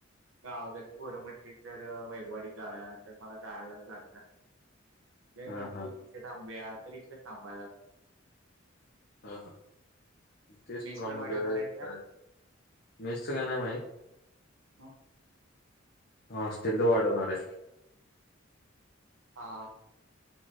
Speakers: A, on the right (about 80°); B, on the left (about 50°).
A: गावाकाची पोरं म्हणजे जर वैभववाडी तर मला जायलाच लागणार जर
B: हा
A: म्हणली
B: हा
A: तिथे थांबूया तर इिथेच थांबायलागत
B: हा हा तेच तुला
A: पण
B: म्हटलं
A: वाढवणार आहेत का
B: मेस काही नाही माहीत
A: <unintelligible>
B: हॉस्टेल चे वाढवणारे
A: हा